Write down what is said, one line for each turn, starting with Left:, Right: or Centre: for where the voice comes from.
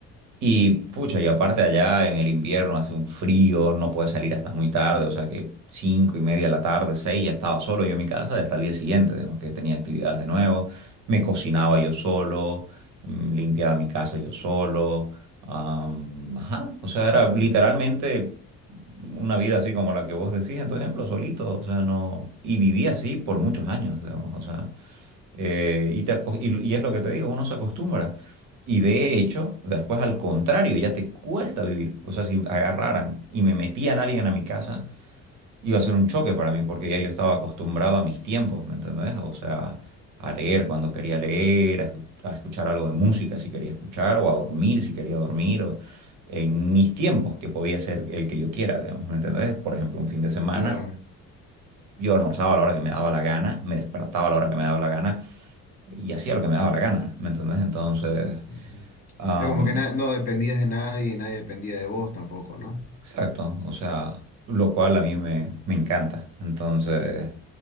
Right: y pucha, y aparte allá en el invierno hace un frío, no puedes salir hasta muy tarde, o sea que cinco y media de la tarde, seis, ya estaba solo yo en mi casa y hasta el día siguiente, digamos que tenía actividades de nuevo. Me cocinaba yo solo, mm, limpiaba mi casa yo solo. Am, ajá, o sea, era literalmente una vida así como la que vos decís en tu ejemplo, solito, o sea, no, y viví así por muchos años, digamos, o sea, eh, y, te aco- y, y es lo que te digo, uno se acostumbra, y de hecho, después al contrario, ya te cuesta vivir, o sea, si agarraran y me metían a alguien a mi casa, iba a ser un choque para mí porque ya yo estaba acostumbrado a mis tiempos, ¿me entendés? O sea, a leer cuando quería leer, a, escu- a escuchar algo de música si quería escuchar, o a dormir si quería dormir, o en mis tiempos, que podía ser el que yo quiera, digamos, ¿me entendés? Por ejemplo, un fin de semana.
Left: Claro.
Right: Yo almorzaba a la hora que me daba la gana, me despertaba a la hora que me daba la gana y hacía lo que me daba la gana, ¿me entendés? Entonces,
Left: ujú.
Right: am,
Left: Es como que na- no dependías de nadie y nadie dependía de vos tampoco, ¿no?
Right: exacto, o sea, lo cual a mí me, me encanta. Entonces,